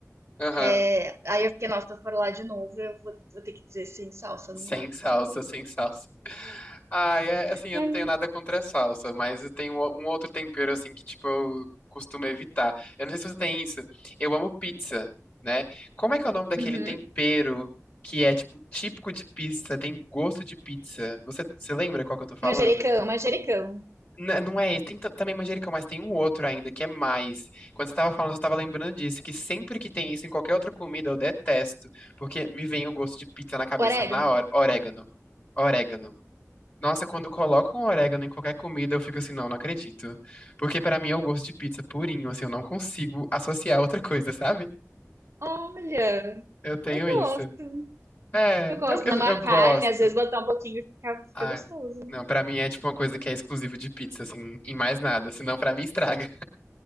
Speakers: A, on the left; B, on the right.
A: aham.
B: É, aí eu fiquei, nossa, se eu for lá de novo, eu vou, vou ter que dizer sem salsa, não
A: Sem
B: dá.
A: salsa, sem salsa. Ah, é assim, eu
B: É.
A: não tenho nada contra a salsa, mas eu tenho um um outro tempero assim que, tipo, eu costumo evitar. Eu não sei se você tem isso. Eu amo pizza, né? Como é que é o nome daquele
B: Uhum.
A: tempero que é, tipo, típico de pizza, tem gosto de pizza? Você, você lembra qual que eu tô falando?
B: Manjericão, manjericão.
A: N- Não é esse. Tem t- também manjericão, mas tem um outro ainda, que é mais. Quando você tava falando, eu tava lembrando disso, que sempre que tem isso em qualquer outra comida, eu detesto, porque me vem o gosto de pizza na cabeça
B: Orégano.
A: na hora. Orégano. Orégano. Nossa, quando colocam orégano em qualquer comida, eu fico assim, não, não acredito. Porque pra mim é o gosto de pizza purinho, assim, eu não consigo associar outra coisa, sabe?
B: Olha.
A: Eu tenho
B: Eu gosto,
A: isso. É,
B: eu gosto.
A: eu, eu,
B: Na uma
A: eu gosto.
B: carne, às vezes botar um pouquinho fica, fica
A: Ah,
B: gostoso.
A: não, pra mim é tipo uma coisa que é exclusiva de pizza, assim, em mais nada, senão pra mim estraga.